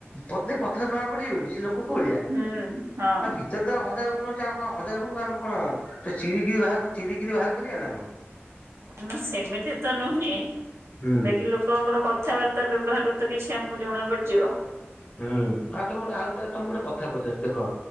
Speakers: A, on the left (about 30°); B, on the right (about 65°).
A: ପଦେ କଥରୁ ଜଣା ପଡି଼ଯିବନି ସେ ଲୋକ କୋଉ ଅଳିଆ
B: ହୁଁ ହଁ
A: ଆଁ ଭିତରେ ତାର ହ ଜାର ଗୁଣ ଅଛି ଆଉ କଁ ହଜାର ଗୁଣୁକୁ ଆମେ କଣ ଟେ ଚିରିିକିଇ ବାହା ଚିରିିକିରି ବାହାର କରିବା ନାଁ କଁ?
B: ନାଁ ସେମିତି ତ ନୁହେଁ
A: ହୁଁ
B: ବାକି ଲୋକଙ୍କର କଥାବାର୍ତ୍ତା ବ୍ୟବହାର ରୁ ତ କିଛି ଆମୁ ଜଣା ପଡ଼ିଯିବ।
A: ହୁଁ ଆଉ ତମେ ଗୋଟେ ଆଉ ଗୋଟେ ତମୁ ଗୋଟେ କଥା ପଚାରୁ ଦେଖ